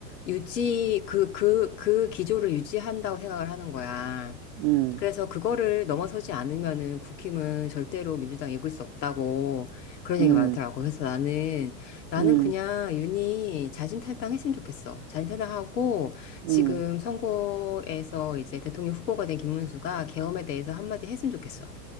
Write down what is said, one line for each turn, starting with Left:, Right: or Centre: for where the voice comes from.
Left: 유지 그 그, 그 기조를 유지한다고 생각을 하는 거야.
Right: 음,
Left: 그래서 그거를 넘어서지 않으면은 국힘은 절대로 민주당 이길 수 없다고 그런
Right: 음,
Left: 얘기가 많더라고. 그래서 나는 나는
Right: 음,
Left: 그냥 윤이 자진 탈당했으면 좋겠어. 자진 탈당하고
Right: 음,
Left: 지금 선거에서 이제 대통령 후보가 된 김문수가 계엄에 대해서 한마디 했으면 좋겠어.